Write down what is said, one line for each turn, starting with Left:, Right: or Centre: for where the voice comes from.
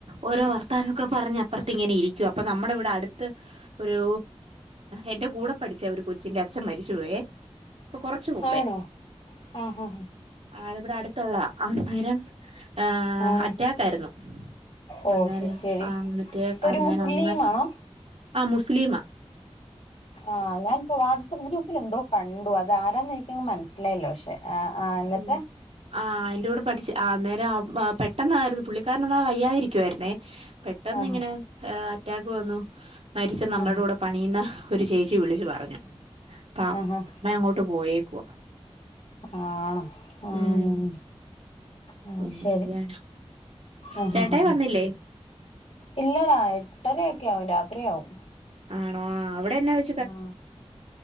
Right: ഓരോ വർത്താനൊക്കെ പറഞ്ഞ അപ്പറത്ത് ഇങ്ങനെ ഇരിക്ക അപ്പൊ നമ്മടെ വടെ അടുത്ത് ഒരു എൻറെ കൂടെ പഠിച്ച ഒരു കൊച്ചിറെ അച്ഛൻ മരിച് പോയെ പ്പൊ കൊറച്ചു മുമ്പേ
Left: ആണോ ആഹ് ഹാ
Right: ആളവടെ അടുത്തുള്ള അന്നേരം ഏഅറ്റാക്ക്
Left: ആഹ്
Right: ആയിരുന്നു
Left: ഓ
Right: അന്നേരം
Left: ശരി ശരി
Right: ആ മറ്റേ
Left: ഒരു
Right: അന്നേരം
Left: മുസ്ലിമാണോ
Right: ആ മുസ്ലിമാ
Left: ആഞാനിപ്പോ വാട്സ്ആപ്പ് ഗ്രൂപ്പിൽ ന്തോ കണ്ടു അത് ആരാന്ന് എനിക്കങ്ങ് മനസ്സിലായില്ല പക്ഷെ ആഹ് ആഹ് എന്നിട്ട്
Right: ഉ <unintelligible> ആ ൻ്റെ കൂടെ പഠിച്ച് ആ നേരം പെട്ടെന്നായിരുന്നു പുള്ളിക്കാരൻന്നാ വയ്യായിരിക്കുവായിരുന്നേ പെട്ടന്ന്ങ്ങനെ
Left: ആഹ്
Right: അറ്റാക്ക് വന്നു മരിച്ച നമ്മളുടെ
Left: ആഹ്
Right: കൂടെ പണിയുന്ന ഒരു ചേച്ചി വിളിച്ചു പറഞ്ഞു അപ്പ അമ്മ
Left: ആഹ്
Right: അങ്ങോട്ട് പോയേക്കവാ
Left: ആണോ ആഹ്
Right: ഉം
Left: ആഹ്
Right: പിന്നെ
Left: ശരി
Right: ചെയ്യാനാ
Left: ആഹ്
Right: ചേട്ടായി
Left: ആഹ്
Right: വന്നില്ലേ
Left: ഇല്ലടാ എട്ടരയക്കെ ആകും രാത്രിയാവും
Right: ആണോ അവിടെ എന്നാ വി
Left: ആഹ്